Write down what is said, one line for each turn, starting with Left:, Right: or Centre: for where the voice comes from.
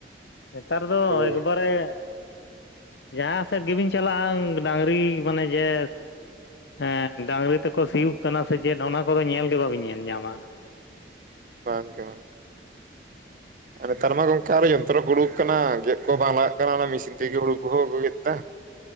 Left: ᱱᱮᱛᱟᱨ ᱫᱚ ᱮᱠ
Right: ᱦᱳᱭ
Left: ᱵᱟᱨᱮ ᱡᱟᱦᱟᱸ ᱥᱮᱫ ᱜᱮᱵᱤᱱ ᱪᱟᱞᱟᱜᱼᱟ ᱰᱟᱝᱨᱤ ᱢᱟᱱᱮ ᱡᱮ ᱦᱮᱸ ᱰᱟᱝᱨᱤ ᱛᱮᱠᱚ ᱥᱤᱭᱳᱜ ᱠᱟᱱᱟ ᱥᱮ ᱪᱮᱫ ᱚᱱᱟ ᱠᱚᱫᱚ ᱧᱮᱞ ᱜᱮ ᱵᱟᱵᱚᱱ ᱧᱮᱞ ᱧᱟᱢᱟ᱾
Right: ᱵᱟᱝ ᱜᱮ
Left: <inaudible>
Right: ᱱᱮᱛᱟᱨ ᱢᱟ ᱜᱚᱝᱠᱮ ᱟᱨᱚ ᱡᱚᱱᱛᱨᱚ ᱠᱚ ᱩᱰᱩᱠ ᱠᱟᱱᱟ ᱜᱮᱫ ᱠᱚ ᱵᱟᱝ ᱞᱟᱜᱟᱜ ᱠᱟᱱᱟ ᱢᱮᱥᱤᱱ ᱛᱮᱜᱮ ᱦᱩᱲᱩ ᱠᱚᱦᱚᱸ ᱠᱚ ᱜᱮᱫ ᱮᱫᱟ᱾